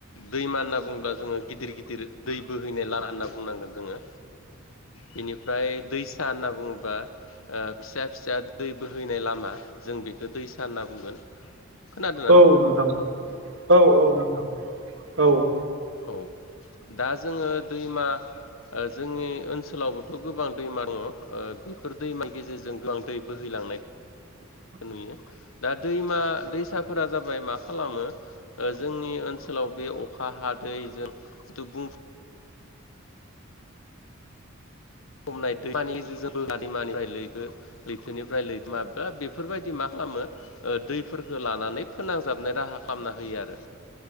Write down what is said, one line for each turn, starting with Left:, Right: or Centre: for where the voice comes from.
Left: दैमा होनना बुंङोब्ला जोङो गिदिर गिदिर दै बोहैनाय लार होनना बुंनांगोन जोङो। बिनिफ्राय दैसा होनना बुंङोबा ओ फिसा फिसा दै बोहैनाय लामा जों बेखो <unintelligible> होनना बुंगोन। खोनादो ना
Right: औ
Left: नों
Right: नोंथां औ औ नंगौ औ।
Left: औ दा जोङो दैमा ओ जोंनि ओनसोलावबोथ' गोबां दैमा दङ ओ बिफोर दैमानि गेजेरजों गोबां दै बोहैलांनाय
Right: <inaudible>
Left: नुयो दा दैमा दैसाफोरा जाबाय मा खालामो ओ जोंनि ओनसोल आव बे अखा हादैजों टुपुं खमनाय दैमानि जि दैमानिफ्राय लैथो लैथोनिफ्राय लैथोमा बा बेफोरबायदि मा खामो ओ दैफोरखो लानानै फोनांजाबनाय राहा खामना होयो आरो।